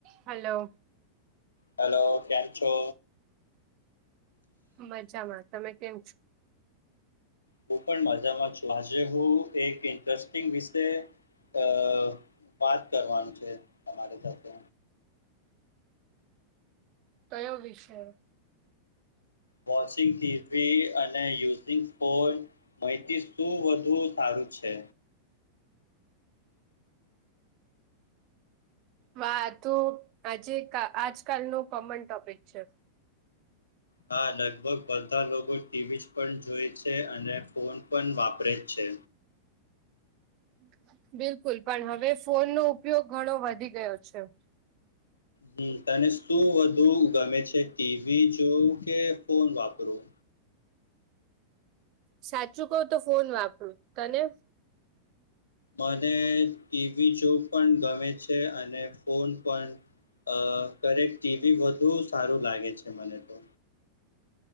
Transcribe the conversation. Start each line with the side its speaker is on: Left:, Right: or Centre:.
Right: Hello
Left: hello કેમ છો
Right: મજામાં તમે કેમ છો
Left: હું પણ મજામાં છજ હું એક ઇન્ટરેસ્ટ વિશે અ વાત કરવાનું છે તમારી સાથે
Right: કયો વિષયો
Left: વોશિંગ થ હતીઈ અને યુઝિંગ પણ માહિતી શું વધુ સારું છે?
Right: વાતો આજે આજકાલનનું કોમન ટોપિક છે.
Left: હા લગભગ બધા લોકો ટીવી પણ જોય છે અને ફોન પણ વાપરે જ છે
Right: <inaudible> બિલકુલ પણ હવે ફોનનોો ઉપયોગ ઘણો વધી ગયો છે
Left: હમ તને શું વધુ ગમે છે ટીવી જોવું કે ફોન વાપરવું
Right: સાચું કવ તો ફોન વાપરું તને
Left: મને ટીવી જો પણ ગમે છે અને ફોન પણ અ કરેક ટીવી વધુ સારું લાગે છે મને તો